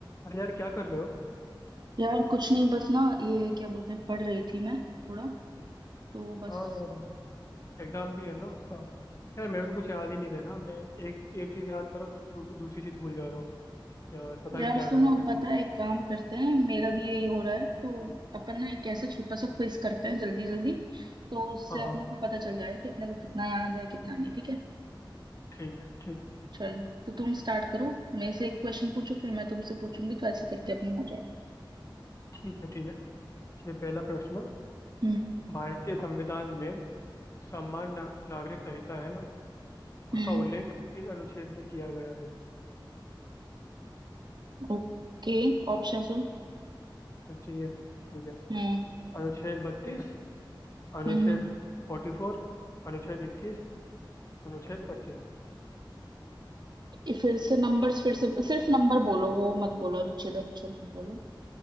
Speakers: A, on the left (about 35°); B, on the right (about 60°).
A: अरे यार क्या कर रहे हो
B: यार कुछ नहीं बस ना ये क्या बोलते हैं पढ़ रही थी मैं थोड़ा तो बस
A: हाँ यार एग्जाम भी है ना उसका यार मेरे को तो कुछ याद ही नहीं रह रहा मैं एक एक चीज याद करो तो छू- दूसरी चीज भूल जा रहा हूँ यार पता
B: यार
A: नहीं क्या
B: सुनो
A: करूँ मैं
B: पता है एक काम करते हैं मेरा भी यही हो रहा है तो अपन ना एक ऐसा छोटा सा क्विज करते हैं जल्दी जल्दी तो उससे
A: हाँ
B: अपने
A: हाँ
B: को पता चल जाएगा कि अपने को कितना याद है कितना नहीं ठीक है
A: ठीक है ठीक
B: चलो तो तुम स्टार्ट करो मेरे से एक क्वेश्चन पूछो फिर मैं तुमसे पूछूंगी तो ऐसे करके अपना हो जाएगा
A: ठीक है ठीक है ये पहला प्रश्न
B: हम्म
A: भारतीय संविधान में सम्मान ना, नागरिक संहिता है ना उसका
B: हम्म
A: उल्लेख किस अनुच्छेद में किया गया है
B: ओके ऑप्शन हो
A: Options चाहिए ठीक है
B: हम्म
A: अनुच्छेद बत्तीस अनुच्छेद
B: हम्म
A: फोर्टी फोर अनुच्छेद इक्कीस अनुच्छेद पच्चीस
B: ये फिर से नंबर्स फिर से सिर्फ नंबर बोलो वो मत बोलो अनुच्छेद अनुच्छेद मत बोलो